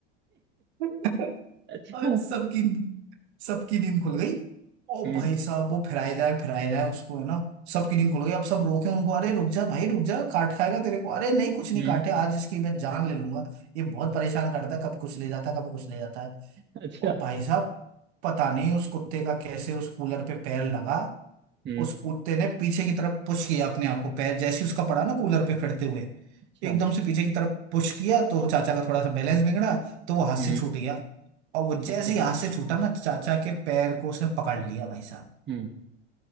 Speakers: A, on the right; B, on the right.
A: <laughs>
B: अच्छा
A: और सबकी सबकी नींद खुल गई ओ
B: हम्म
A: भाई साहब वो फिराए जाए फिराए जाए उसको है ना सबकी नींद खुल गई अब सब रोके उनको अरे रुक जा भाई रुक जा काट खाएगा तेरे को अरे नहीं कुछ नहीं
B: हम्म
A: काटे आज इसकी मैं जान ले लूंगा ये बहुत परेशान करता है कभी कुछ ले जाता है कभी कुछ ले जाता है
B: अच्छा
A: और भाई साहब पता नहीं उस कुत्ते का कैसे उस कूलर पे पैर लगा
B: हम्म
A: उस कुत्ते ने पीछे की तरफ पुश किया अपने आप को पैर जैसे ही उसका पड़ा ना कूलर पे फिरते हुए
B: अच्छा
A: एकदम से पीछे की तरफ पुश किया तो चाचा का थोड़ा सा बैलेंस बिगड़ा तो वो हाथ
B: हम्म
A: से छूट गया और वो जैसे
B: अच्छा
A: ही हाथ से छूटा ना चाचा के पैर को उसने पकड़ लिया भाई साहब
B: हम्म